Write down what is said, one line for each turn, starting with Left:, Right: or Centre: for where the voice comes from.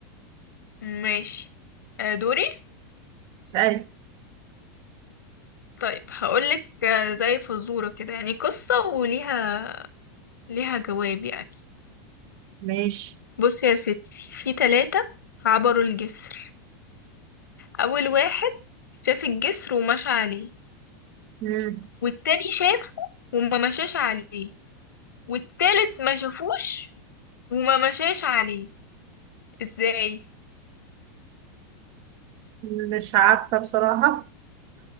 Left: ماشي آه، دوري
Right: اسألي
Left: طيب هقولك آه، زي فزورة كده يعني قصة وليها ليها جواب يعني
Right: ماشي
Left: بصي يا ستي في تلاتة عبروا الجسر أول واحد شاف الجسر ومشى عليه
Right: مم.
Left: والتاني شافه وما مشاش عليه والتالت ما شافوش وما مشاش عليه ازاي
Right: مش عارفة بصراحة